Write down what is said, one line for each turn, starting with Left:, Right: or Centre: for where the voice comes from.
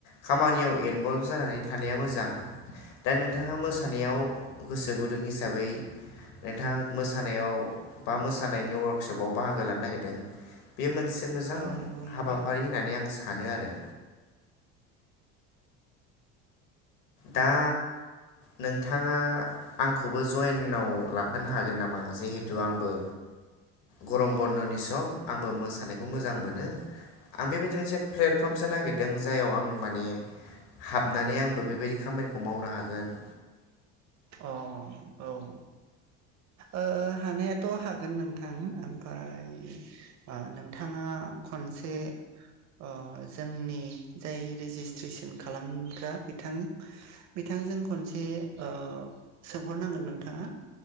Left: खामानियाव इनभल्भ जानानै थानाया मोजां। दा नोंथाङा मोसानायाव गोसो गुदुं हिसाबै नोंथाङा मोसानायाव बा मोसानायनि वर्कशपआव बाहागो लानो नागिरदों। बे मोनसे मोजां
Right: औ नंगौ नोंथां
Left: हाबाफारि होननानै आं सानो आरो। दा नोंथाङा आंखौबो जइेनाव लाफानो हागोन नामा जिहेथु आंबो गरम बन्द'नि सम आंबो मोसानायखौ मोजां मोनो। आं बेबायदि मोनसे प्लेटफर्मसो नागिरदों जाययाव आं माने हाबनानै आंबो बेबायदि खामानिखौ मावनो हागोन।
Right: अ अ अ औ अ हानायाथ' हागोन नोंथां। ओमफ्राय अ नोंथाङा खनसे अ जोंनि जाय रेजिस्ट्रेसन खालामग्रा बिथां बि- थांजों खनसे अ सोंहरनांगोन नोंथाङा।